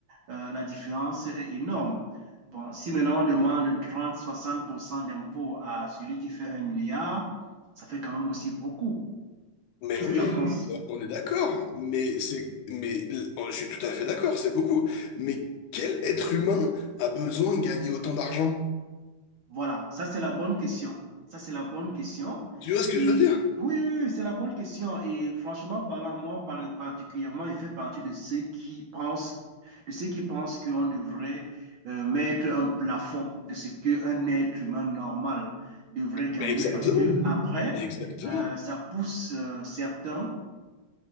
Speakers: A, on the right; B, on the left.
A: euh, la différence est énorme. Bon, si maintenant on demande 30-60 d'impôts à celui qui fait un milliard, ça fait quand même aussi beaucoup.
B: Mais
A: Qu'est-ce
B: oui,
A: que tu en penses?
B: ben, on est d'accord, mais c'est, mais l- je suis tout à fait d'accord, c'est beaucoup. Mais quel être humain a besoin de gagner autant d'argent?
A: Voilà, ça c'est la bonne question. Ça c'est la bonne question.
B: Tu vois ce que
A: Et
B: je veux dire?
A: oui, oui, oui, c'est la bonne question. Et franchement parlant, moi par- particulièrement, je fais partie de ceux qui pensent, de ceux qui pensent qu'on devrait euh, mettre un plafond de ce qu'un être humain normal devrait gagner,
B: Mais exactement,
A: parce que après,
B: mais exactement,
A: euh, ça pousse euh, certains